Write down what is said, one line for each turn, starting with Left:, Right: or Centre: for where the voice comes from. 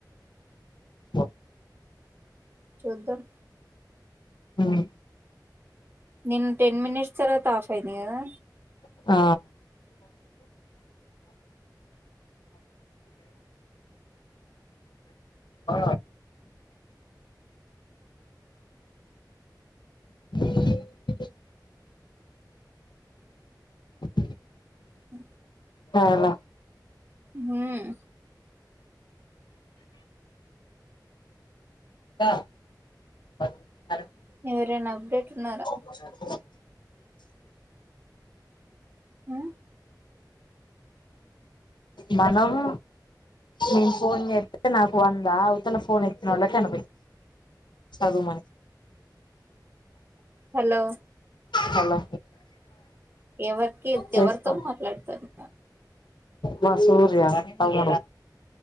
Left: ఓ
Right: చూదం
Left: ఉహు
Right: ని‌న్న టెన్ మినిట్స్ తర్వాత ఆఫ్ అయింది కదా
Left: ఆ ఆ ఉమ్ ఉ
Right: ఆ
Left: రాల
Right: హూమ్
Left: త
Right: ఎవరైనా అప్డేట్ ఉన్నారా
Left: అ
Right: ఉ
Left: మనము నేను ఫోన్ చేస్తే నా ఫోన్ దా అవతల ఫోన్ చేసినోళ్లకి అనుభవి చదుమ
Right: హలో
Left: హలో
Right: ఎవరికి
Left: చేస్తా
Right: ఎవరితో మాట్లాడతారు
Left: మా సూర్య అవు